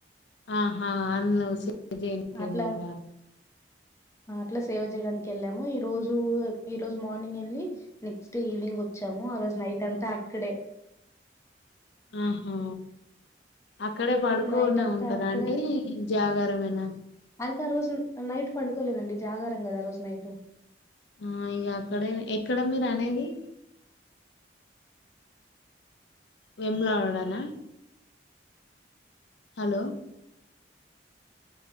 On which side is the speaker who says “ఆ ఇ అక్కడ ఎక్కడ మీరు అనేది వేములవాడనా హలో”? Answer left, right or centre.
Left